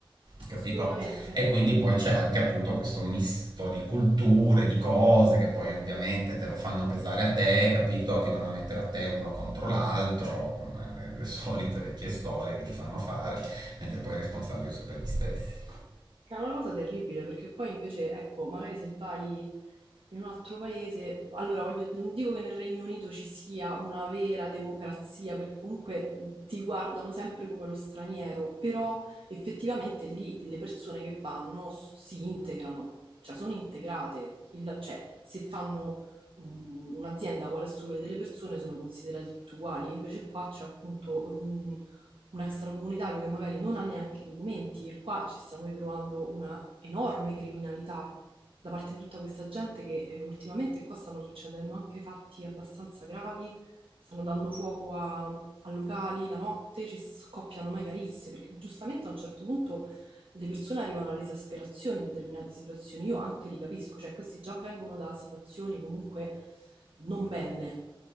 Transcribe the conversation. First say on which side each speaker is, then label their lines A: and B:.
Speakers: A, on the right; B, on the right.
A: Capito?
B: assolutamente.
A: E quindi poi c'è anche appunto questo misto di culture, di cose che poi ovviamente te lo fanno pesare a te, capito? Ti vanno a mettere a te uno contro l'altro, con le, le solite vecchie storie che ti fanno fare, mentre poi i responsabili sono sempre gli stessi.
B: Che è una cosa terribile perché poi invece, ecco, magari se vai in un altro paese, allora voglio, non dico che nel Regno Unito ci sia una vera democrazia, perché comunque mhmm, ti guardano sempre come lo straniero, però effettivamente lì le persone che vanno s- si integrano, cioè sono integrate, Il- cioè se fanno un- un'azienda vuole assumere delle persone sono considerate tutte uguali, invece qua c'è appunto un extracomunitario che magari non ha neanche i documenti e qua ci stiamo ritrovando una enorme criminalità da parte di tutta questa gente che eh, ultimamente qua stanno succedendo anche fatti abbastanza gravi, stanno dando fuoco a, a locali la notte, ci scoppiano mega risse perché giustamente a un certo punto le persone arrivano all'esasperazione in determinate situazioni, io anche li capisco, cioè questi già vengono da situazioni comunque non belle